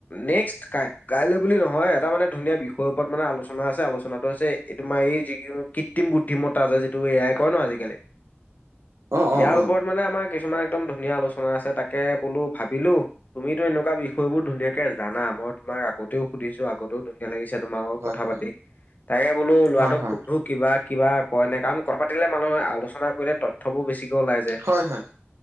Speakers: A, on the left (about 40°); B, on the right (about 85°).
A: নেক্সট কাই কাইলৈ বুলি নহয় এটা মানে ধুনীয়া বিষয়ৰ ওপৰত মানে আলোচনা আছে আলোচনাটো হৈছে। এই তোমাৰ এই যিটো কৃত্ৰিম বুদ্ধিমত্তা যে যিটো এ আই কয় ন আজিকালি।
B: অ'
A: ইয়াৰ
B: অ' অ' অ'
A: ওপৰত মানে আমাৰ কিছুমান একদম ধুনীয়া আলোচনা আছে তাকে বোলো ভাবিলোঁ। তুমিতো এনেকুৱা বিষয় বোৰ ধুনীয়াকে জানা মই তোমাক আগতেও সুধিছো আগত। তও ধুনীয়া লাগিছে তোমাৰ লগত
B: হয়
A: কথা
B: হয়।
A: পাতি তাকে বোলো ল'ৰাটোক
B: হয় হয়
A: কিবা কিবা কয় নে কাৰণ কথা পাতিলে মানুহে আলোচনা কৰিলে ত কথাবোৰ বেছিকৈ ওলাই যায়।
B: হয় হয়